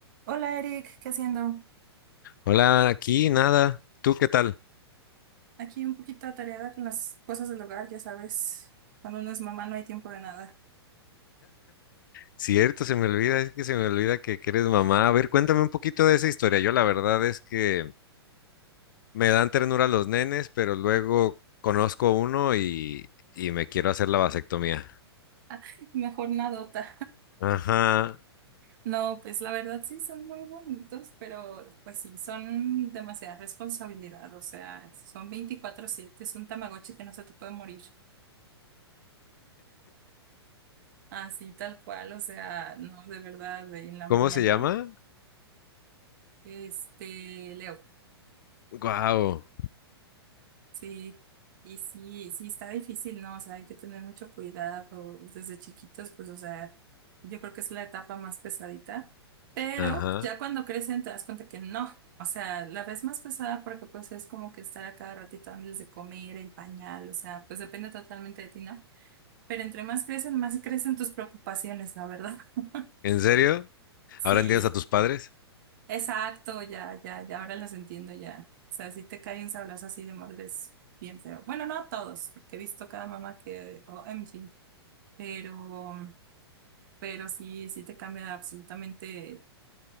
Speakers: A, on the right (about 50°); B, on the left (about 50°).
A: Hola Eric, ¿qué haciendo?
B: Hola, aquí nada. ¿Tú qué tal?
A: Aquí un poquito atareada con las cosas del hogar, ya sabes, cuando uno es mamá no hay tiempo de nada.
B: Cierto, se me olvida, es que se me olvida que, que eres mamá. A ver, cuéntame un poquito de esa historia. Yo la verdad es que me dan ternura los nenes, pero luego conozco uno y, y me quiero hacer la vasectomía.
A: <laughs> Mejor nadota.
B: Ajá.
A: No, pues la verdad sí son muy bonitos, pero pues sí, son demasiada responsabilidad, o sea, son veinticuatro siete. es un tamagotchi que no se te puede morir. Así tal cual, o sea, no, de verdad, de en la
B: ¿Cómo
A: mañana.
B: se llama?
A: Este, le
B: Guau.
A: Sí, y sí, sí está difícil, ¿no? O sea, hay que tener mucho cuidado desde chiquitos, pues, o sea, yo creo que es la etapa más pesadita, pero
B: Ajá.
A: ya cuando crecen te das cuenta que no, o sea, la ves más pesada porque pues es como que estar a cada ratito antes de comer, el pañal, o sea, pues depende totalmente de ti, ¿no? Pero entre más crecen, más crecen tus preocupaciones, la verdad. <laughs>
B: ¿En serio?
A: Sí.
B: ¿Ahora entiendes a tus padres?
A: Exacto, ya, ya, ya, ahora los entiendo ya. O sea, si te cae un sablazo así de madre es bien feo. Bueno, no a todos, porque he visto cada mamá que, OMG, pero, pero sí, sí te cambia absolutamente